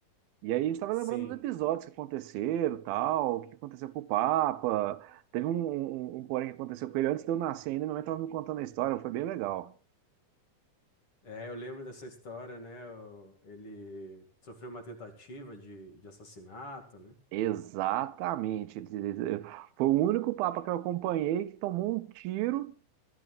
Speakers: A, on the right; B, on the left.
A: E aí a gente estava
B: sim.
A: lembrando dos episódios que aconteceram, tal, o que aconteceu com o Papa. Teve um, um, um um porém que aconteceu com ele antes de eu nascer ainda, minha mãe estava me contando a história, foi bem legal.
B: É, eu lembro dessa história, né? o- Ele sofreu uma tentativa de, de assassinato, né?
A: Exatamente. Foi o único Papa que eu acompanhei que tomou um tiro,